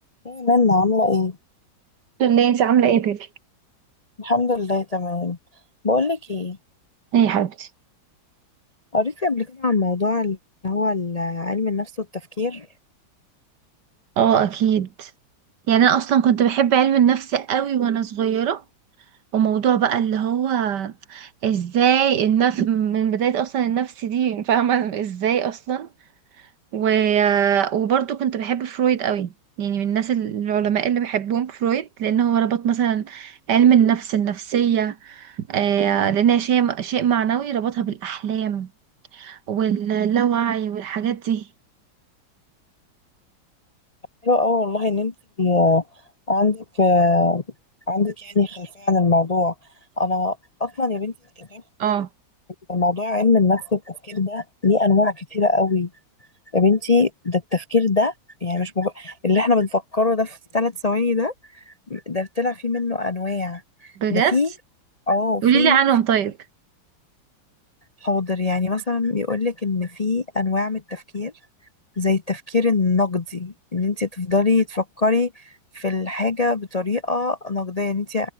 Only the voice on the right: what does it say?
الحمد لله انت عامله ايه بيبي
ايه يا حبيبتي
اه اكيد يعني انا اصلا كنت بحب علم النفس قوي وانا صغيره وموضوع بقى اللي هو ازاي النفس من بدايه اصلا النفس دي فاهمه ازاي اصلا و... وبرضه كنت بحب فرويد قوي يعني من الناس العلماء اللي بحبهم فرويد لان هو ربط مثلا علم النفس النفسيه آه لان هي شيء شيء معنوي ربطها بالاحلام واللاوعي والحاجات دي
اه
بجد
قولي
لي عنهم طيب